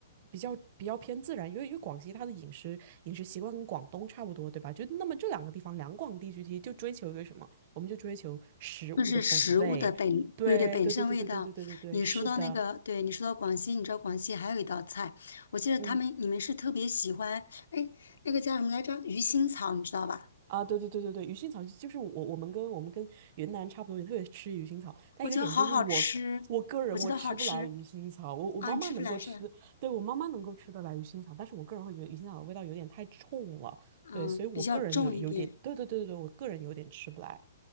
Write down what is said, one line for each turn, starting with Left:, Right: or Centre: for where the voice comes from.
Right: 比较比较偏自然，因为因为广西它的饮食饮食习惯跟广东差不多，对吧？就那么这两个地方，两广地区其实就追求一个什么？我们就追求食物的本味，
Left: 就是食物的本，
Right: 对对对对对对对对对对，
Left: 对对，本身味道。你说到那个，
Right: 是的，
Left: 对你说到广西，你知道广西还有一道菜，我记得他们你们是特别喜欢，
Right: 嗯
Left: 哎，那个叫什么来着？鱼腥草，你知道吧？
Right: 啊，对对对对对，鱼腥草就就是我我们跟我们跟云南差不多，也特别吃鱼腥草，但一个点就是我我个人我吃不来鱼腥草，
Left: 我觉得好好吃，我觉得好吃
Right: 我我妈妈能够吃，
Left: 啊，你吃不来是吧
Right: 对我妈妈能够吃得来鱼腥草，但是我个人会觉得鱼腥草的味道有点太冲了，
Left: 嗯，
Right: 对，所以我个人有有点，
Left: 比较重一点。
Right: 对对对对对，我个人有点吃不来，